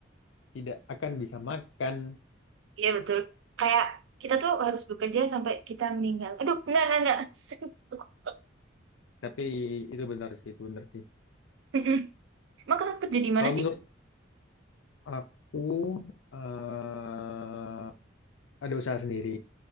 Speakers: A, on the left; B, on the right.
A: tidak akan bisa makan.
B: iya betul. Kayak kita tuh harus bekerja sampai kita meninggal. Aduh, enggak enggak enggak. Aku-
A: Tapi itu benar sih, itu benar sih.
B: <laughs> Emang kakak kerja di mana
A: Kalau menurut
B: sih?
A: aku, eh ada usaha sendiri.